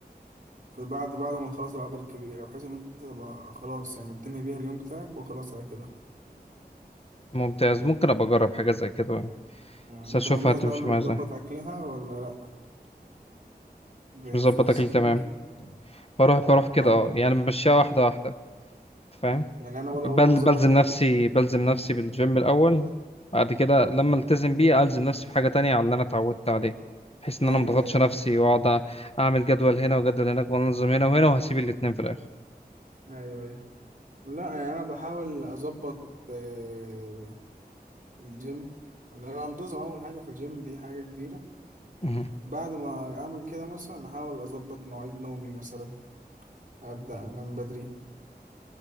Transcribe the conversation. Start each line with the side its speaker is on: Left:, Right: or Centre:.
Right: في بعد بعد ما تخلص العضلة الكبيرة بحيث إن أنت تبقى خلاص يعني بتنهي بيها اليوم بتاعك وخلاص على كده
Left: ممتاز ممكن ابقى اجرب حاجه زي كده
Right: مم.
Left: بس
Right: أنت
Left: اشوفها
Right: من الناس
Left: هتمشي
Right: بقى اللي
Left: معايا
Right: بتظبط
Left: ازاي
Right: أكلها ولا لأ بتروح
Left: مش مظبط اكل
Right: جيم
Left: تمام
Right: كده
Left: بروح بروح كده
Right: <laughs> ولا
Left: اه يعني بمشيها واحده واحده أنت فاهم
Right: يعني أنا ولا
Left: بل
Right: ولا بظبط
Left: بلزم
Right: أكلي
Left: نفسي بلزم نفسي بالجيم الأول
Right: مم.
Left: بعد كده لما التزم بيه ألزم نفسي بحاجة تانية على اللي أنا اتعودت عليه بحيث إن
Right: أيوه
Left: أنا مضغطش
Right: أيوه
Left: نفسي وأقعد
Right: أيوه
Left: أعمل جدول هنا وجدول هناك وأنظم هنا وهنا وهسيب الاتنين في الآخر
Right: أيوه أيوه لأ يعني أنا بحاول أظبط آه، الجيم إن أنا أنتظم أول حاجة في الجيم دي حاجة كبيرة
Left: مهم.
Right: بعد ما أعمل كده مثلا أحاول أظبط مواعيد نومي مثلا أبدأ أنام بدري